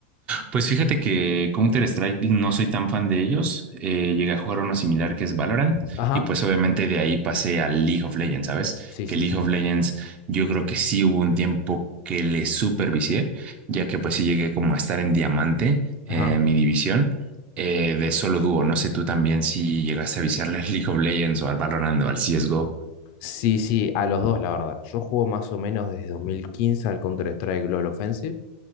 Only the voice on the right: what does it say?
Pues fíjate que Counter-Strike no soy tan fan de ellos. Eh, llegué a jugar uno similar que es Valorant
y pues obviamente de ahí pasé al League of Legends, ¿sabes?
Que
League of Legends yo creo que sí hubo un tiempo que le supervicié, ya que pues sí llegué como a estar en diamante
eh, en mi división eh, de solo dúo. No sé tú también si llegaste a viciarle al League of Legends o al Valorant o al CSGO.